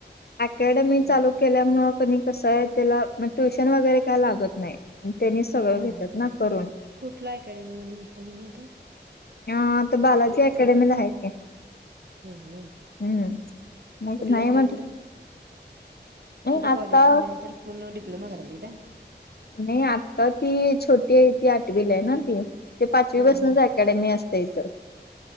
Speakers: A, on the left (about 60°); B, on the right (about 65°).
A: ऍकॅडमी
B: हं,
A: चालू केल्यामुळं कनी कसंय तेला म ट्युशन वगैरे काय लागत नाय अन् त्यानीच् सगळं
B: हा
A: घेत्यात
B: हा
A: ना करून.
B: कुठला अकॅडमी मध्ये घेता तुम्ही आता
A: हां तो बालाजी ऍकॅडमी ला हाय की.
B: हं हं.
A: हम्म मग
B: कुठल्या
A: नाही
B: साईडला
A: म्हटलं नाही
B: ईथं
A: आता
B: कॉलेज झाल्यानंतर पुन्ना डिप्लोमा करायचं का?
A: नई आत्ता ती छोटी आय ती आठवीलाय ना ती. ते पाचवी
B: हा
A: पासनंच
B: हा
A: ऍकॅडमी असते इथं,